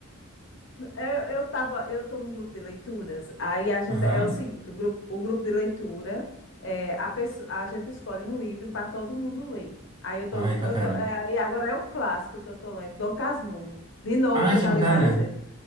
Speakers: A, on the left (about 60°); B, on the right (about 20°).
A: Eu, eu tava, eu tô num grupo de leituras, aí a gente,
B: Aham.
A: é o seguinte, o grupo, o grupo de leitura, é, a, pesso- a gente escolhe um livro para todo mundo ler. Aí eu tô,
B: Ai, bacana.
A: eu tô, é, e agora é um clássico que eu tô lendo, Dom Casmurro, de novo,
B: Ai,
A: que eu
B: que
A: já
B: bacana.
A: li várias vezes.